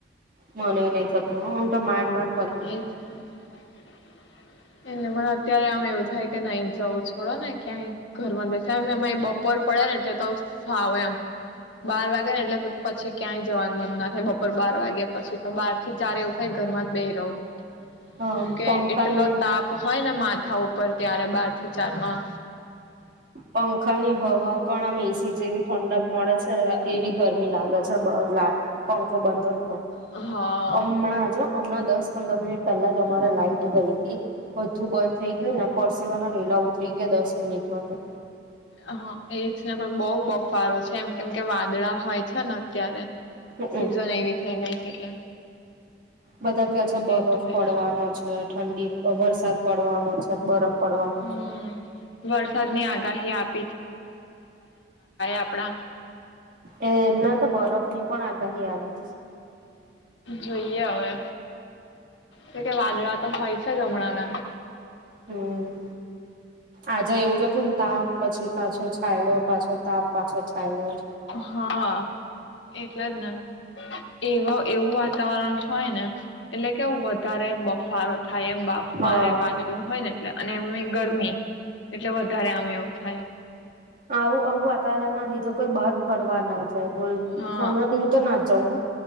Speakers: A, on the right; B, on the left.
A: મને નઈ થતું, હું તો માડ માડ
B: એ <unintelligible> એને મને અત્યારે આમ એવું થાય કે નઈ જવું છોડો ને ક્યાંય ઘરમાં બેસેાય, એમાં બપોર પડે ને એટલે તો સાાવ એમ. બાર વાગ એટલે પછી ક્યાંય જવાનું મન ના થાય, બપોર બાર વાગ્યા પછી, તો બાર થી ચાર એવું થાય ઘર માં બેહી તો <inaudible>
A: હા
B: હમ કે
A: પંખાની
B: એટલો તાપ હોય માથા ઉપર ત્યારે બાર થી ચાર માં
A: પંખા ની હવા પણ આમ એસી જેવી ઠંડક મળે છે, એવી ગરમી લાગે છે. લા પંખો બંધ હોય
B: હા
A: હમણાં! જો હમણાં દસ પંદર મિનિટ પહેલા જ તમારા લાઇટ તો ગઈ હે બધું બંધ થઈ ગયું ને, પરસેવાના રેલા ઉતરી ગયા દસ હમ હા તો
B: હા એજ ને પણ બઉ બફારો છે જેમ કેમ કે વાદળા હોય છે ને અત્યારે
A: હમમ
B: સિઝન એવી થઈ ગઈ છે એટલે
A: બધા ક્હ છે બરફ
B: એટલે
A: પડવાનો છે. ઠંડી વરસાદ પડવાનો છે બરફ પડવાનો
B: હમ વરસાદ ની આગાહી આપ આપડા
A: એ એમના તો બરફ ની પણ આગાહી આવે <inaudible>
B: જોઈએ હવે. તો કે વાદળા તો હોય છે જ હમણાં <inaudible>
A: હમ આજા એવું જ હતું ને તાપ પછી પાછો છાયડ્યો પાછો તાપ પાછો છાયડ્યો
B: હા એટલે જ ને એવા એવું વાતાવરણ હોય ને એટલે કેવુ હ વત વધારે બફારો થાય એમ બાફ
A: હા
B: મારે વાદળું હોય ને એટલે એમય એ ગરમી એટલે વધારે આમ એવું થાય
A: આવું આવું વાતાવરણ ના લીધે કોઈ બહાર ફરવા ના બોલ
B: હા
A: હું તો નાચ જાઉં હ